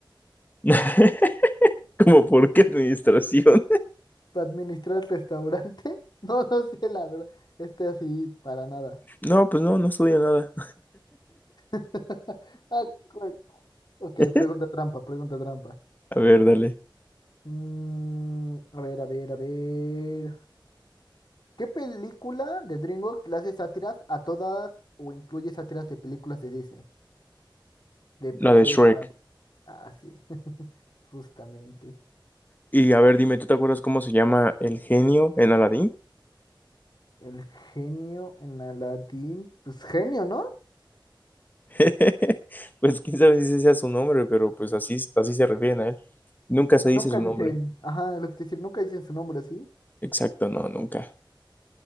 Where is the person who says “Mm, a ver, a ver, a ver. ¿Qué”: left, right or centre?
Left